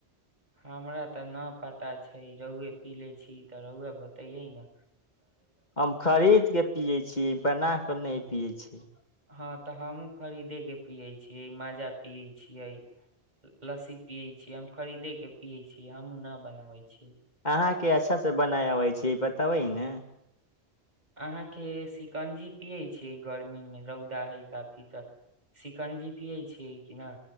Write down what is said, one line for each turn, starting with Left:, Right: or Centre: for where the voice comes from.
Right: हमरा तऽ नहि पता छै रौए पी ले छी तऽ रौए बतैयै ने
Left: हम खरीद के पियै छीयै बना क ओकर नहि पियै छै
Right: हँ तऽ हमहुँ खरीदे के पियै छियै मजा पियै छियै लस्सी पिये छी हम खरीदे के पिये छी हमूं न बने बनाबै छी
Left: अहाँ के अच्छा से बनाय अबै छै से बतावय न
Right: अहाँके शिकंजी पियै छियै गर्मी मे रौदा हइ काफी तऽ शिकंजी पियै छियै कि न